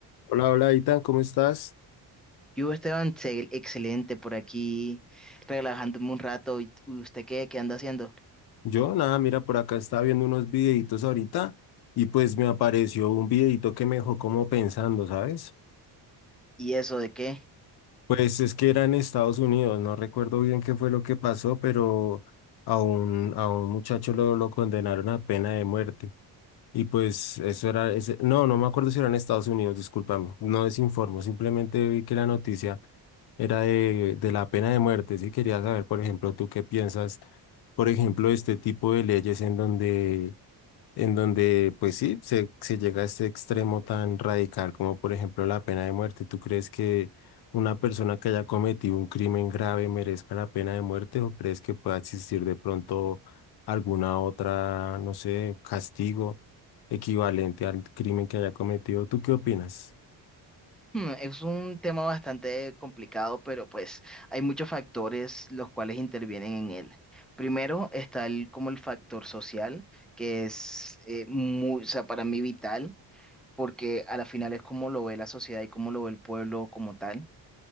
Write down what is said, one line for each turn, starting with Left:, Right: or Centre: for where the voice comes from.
Left: Hola, hola, Itan, ¿cómo estás?
Centre: Yo, Esteban, se- excelente por aquí, relajándome un rato. ¿Y t- usted qué, qué anda haciendo?
Left: Yo, nada, mira, por acá estaba viendo unos videitos ahorita y pues me apareció un videito que me dejó como pensando, ¿sabes?
Centre: ¿Y eso de qué?
Left: Pues es que era en Estados Unidos, no recuerdo bien qué fue lo que pasó, pero a un, a un muchacho lo, lo condenaron a pena de muerte. Y pues eso era, ese- no, no me acuerdo si era en Estados Unidos, discúlpame, no desinformo, simplemente vi que la noticia era de, de la pena de muerte, sí, quería saber, por ejemplo, tú qué piensas, por ejemplo, de este tipo de leyes en donde en donde, pues sí, se, se llega a este extremo tan radical como por ejemplo la pena de muerte. ¿Tú crees que una persona que haya cometido un crimen grave merezca la pena de muerte o crees que pueda existir de pronto alguna otra, no sé, castigo equivalente al crimen que haya cometido? ¿Tú qué opinas?
Centre: Hmm, es un tema bastante complicado, pero pues hay muchos factores los cuales intervienen en él. Primero está el, como el factor social, que es eh, muy, o sea, para mí vital, porque a la final es como lo ve la sociedad y cómo lo ve el pueblo como tal.